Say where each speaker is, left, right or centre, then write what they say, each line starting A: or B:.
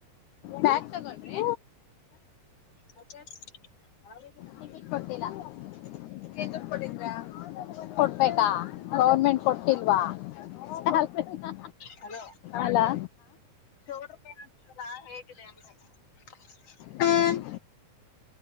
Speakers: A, on the left; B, on the left.
A: ಬ್ಯಾಗ ತಗಳ್ರಿ
B: ಮತ್ತೆ ಆರಾಮಿದ್ದೀರಾ
A: ಟಿಕಿಟ್ ಕೊಟ್ಟಿಲ್ಲ ನೀವೇನ್ ದುಡ್ಡು ಕೊಟ್ಟಿದ್ರ ಕೊಡ್ಬೇಕಾ ಗೌರ್ಮೆಂಟ್ ಕೊಟ್ಟಿಲ್ವಾ ಸ್ಯಾಲರಿ ನಾ
B: ಹಲೋ
A: ಹಲೋ
B: <unintelligible>
A: ಹ್ಮ್